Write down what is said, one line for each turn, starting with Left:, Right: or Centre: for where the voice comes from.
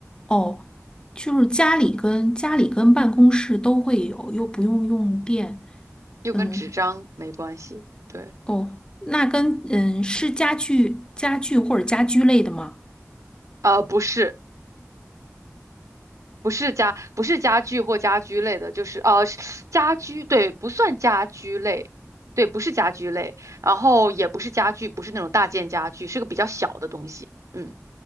Left: 哦，就是家里跟家里跟办公室都会有，又不用用电。
Right: 又跟纸张没关系，
Left: 嗯，
Right: 对，
Left: 哦，那跟嗯是家具、家具或者家居类的吗？
Right: 呃，不是。不是家，不是家具或家居类的，就是呃是家居，对，不算家居类，对，不是家居类，然后也不是家具，不是那种大件家具，是个比较小的东西，嗯，